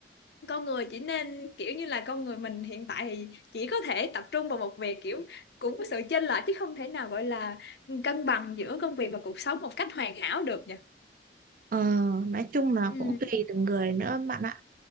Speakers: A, on the left (about 65°); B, on the right (about 50°).
A: con người chỉ nên kiểu như là con người mình hiện tại thì chỉ có thể tập trung vào một việc kiểu cũng có sự chênh lệch chứ không thể nào gọi là cân bằng giữa công việc và cuộc sống một cách hoàn hảo được nhỉ
B: ờ, nói chung là
A: ừ
B: cũng tùy từng người nữa bạn ạ